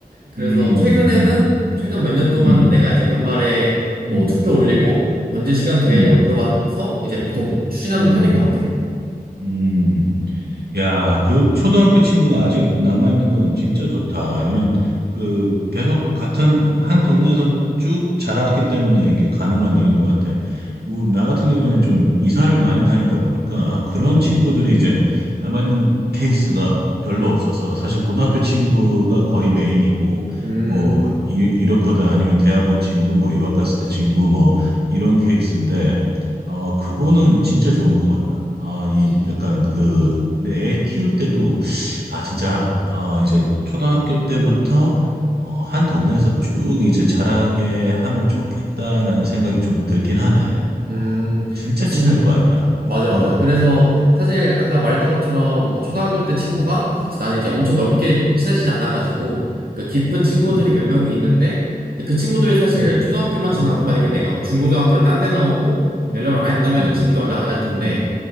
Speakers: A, on the right; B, on the right.
A: 그래서
B: 음,
A: 최근에는
B: 음,
A: 최근 몇 년 동안은
B: 음,
A: 내가 이제 연말에 뭐
B: 음,
A: 투표 올리고
B: 음,
A: 언제 시간 되냐고
B: 음,
A: 물어봐서 이제 보통 추진하는
B: 음,
A: 편인 것 같아.
B: 음, 음. 야, 그 초등학교 친구가 아직 남아있는 건 진짜 좋다. 이런, 그, 계속 같은 한 동네에서 쭉 자라왔기 때문에 이게 가능한 일인 것 같아. 우- 나 같은 경우는 좀 이사를 많이 다니다 보니까 그런
A: 음,
B: 친구들이 이제 남아있는 케이스가 별로 없어서 사실 고등학교 친구가 거의 메인이고
A: 음,
B: 뭐 이, 이렇거든 아니면 대학원 친구 뭐 유학 갔을 때 친구 뭐 이런 케이스인데 어, 그거는 진짜 좋은 것 같다. 아,
A: 그치.
B: 이 약간 그 근데 애 키울 때도 아 진짜 어 이제 초등학교 때부터 어 한 동네에서 쭉 이제 자라게 하면 좋겠다라는 생각이 좀 들긴 하네.
A: 음,
B: 어 진짜
A: 그치.
B: 친할 거 아니야.
A: 맞아,
B: 어.
A: 맞아. 그래서 사실 아까 말했던 것처럼 뭐 초등학교
B: 음,
A: 때 친구가 막 이제 나는 이제 엄청 넓게
B: 음,
A: 친해지지 않아가지고
B: 음,
A: 그 깊은 친구들이
B: 음,
A: 몇 명이 있는데 그 친구들이 사실
B: 음,
A: 초등학교만 지나고
B: 음,
A: 만약에
B: 음,
A: 내가 뭐 중고등학교를 딴 데 나오고
B: 음,
A: 연락을 안 했다면은
B: 음, 음,
A: 지금도 연락 안 할 텐데
B: 음,